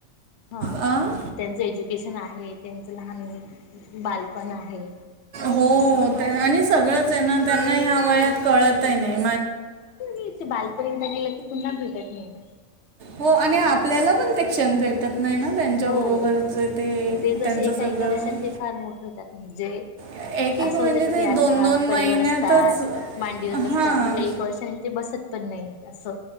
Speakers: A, on the left; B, on the right.
A: हा
B: अं?
A: त्यांचं एज्युकेशन आहे त्यांचं लहान बालपण आहे
B: हो
A: असं
B: आणि सगळंच आहे ना त्यांना ह्या वयात कळतही नाही ए
A: तथे बालपण एकदा गेलं की पुन्हा भेटात नाही ना
B: हो आणि आपल्याला पण ते क्षण भेटत नाही ना त्यांच्याबरोबरचे
A: हो ते जसे
B: त्यांचं
A: एका
B: सगळं
A: एका वर्षात ते फार मोठे होतात म्हणजे
B: एक एक
A: असं
B: म्हणजे
A: होतं कि ते
B: दोन
A: आता
B: दोन महिन्यातच
A: कडेवर असतात मांडीवर बसतात
B: हां
A: मग का एक वर्षानी ते बसत पण नाही असं